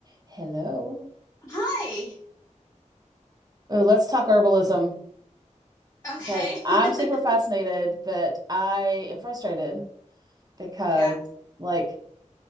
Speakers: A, on the right; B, on the left.
A: Hello.
B: Hi.
A: Oh, let's talk herbalism
B: Okay.
A: because I'm
B: <laughs>
A: super fascinated, but I am frustrated because,
B: Yeah.
A: like,